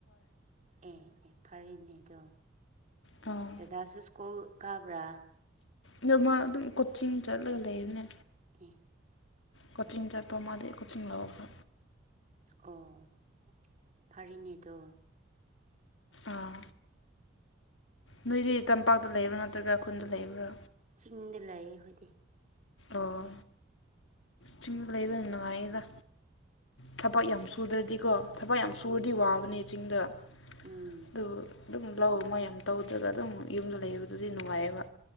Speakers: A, on the right; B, on the left.
A: ꯑꯦ ꯐꯔꯦꯅꯦ ꯑꯗꯣ
B: ꯑꯥ
A: ꯗꯗꯥꯁꯨ ꯁ꯭ꯀꯨꯜ ꯀꯥꯕ꯭ꯔꯥ
B: ꯅꯣꯔꯃꯜ ꯑꯗꯨꯝ ꯀꯣꯆꯤꯡ ꯆꯠꯂꯒ ꯂꯩꯕꯅꯦ
A: ꯎ
B: ꯀꯣꯆꯤꯡ ꯆꯠꯄ ꯃꯥꯗꯤ ꯀꯣꯆꯤꯡ ꯂꯧꯒ
A: ꯑꯣ ꯐꯔꯤꯅꯦꯗꯣ
B: ꯑꯥ ꯅꯣꯏꯗꯤ ꯇꯝꯄꯥꯛꯇ ꯂꯩꯕ꯭ꯔꯥ ꯅꯠꯇ꯭ꯔꯒ ꯈꯨꯟꯗ ꯂꯩꯕ꯭ꯔꯥ
A: ꯆꯤꯡꯗ ꯂꯩꯌꯦ ꯑꯩꯈꯣꯏꯗꯤ
B: ꯑꯣ ꯆꯤꯡꯗ ꯂꯩꯕ ꯅꯨꯡꯉꯥꯏꯗ ꯊꯕꯛ ꯌꯥꯝ ꯁꯨꯗ꯭ꯔꯗꯤꯀꯣ ꯊꯕꯛ ꯌꯥꯝ ꯁꯨꯔꯗꯤ
A: ꯎꯝ
B: ꯋꯥꯕꯅꯦ ꯆꯤꯡꯗ
A: ꯎꯝ
B: ꯑꯗꯨ ꯑꯗꯨꯝ ꯂꯧ ꯑꯃ ꯌꯥꯝ ꯇꯧꯗ꯭ꯔꯒ ꯑꯗꯨꯝ ꯌꯨꯝꯗ ꯂꯩꯕꯗꯨꯗꯤ ꯅꯨꯡꯉꯥꯏꯑꯕ